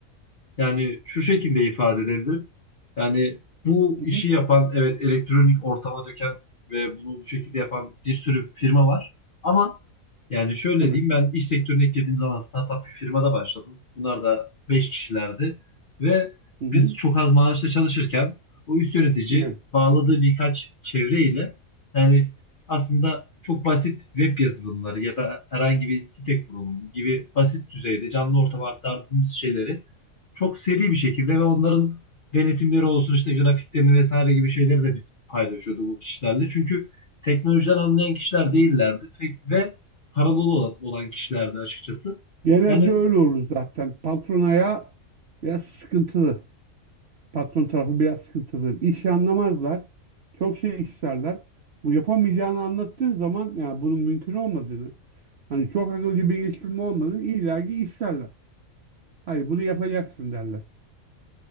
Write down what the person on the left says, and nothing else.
Yani şu şekilde ifade edebilirim. Yani bu
işi
yapan, evet elektronik ortama döken ve bunu bu şekilde yapan bir sürü firma var. Ama yani şöyle
diyeyim ben iş sektörüne ilk girdiğim zaman startup bir firmada başladım. Bunlar da 5 kişilerdi. Ve
biz çok az maaşla çalışırken o üst yönetici
bağladığı birkaç çevre ile yani aslında çok basit web yazılımları ya da herhangi bir site kurulumu gibi basit düzeyde canlı ortama aktardığımız şeyleri çok seri bir şekilde ve onların denetimleri olsun işte grafiklerini vesaire gibi şeyleri de biz paylaşıyorduk o kişilerle. Çünkü teknolojiden anlayan kişiler değillerdi Pe- ve paralı olan olan kişilerdi açıkçası.
Yani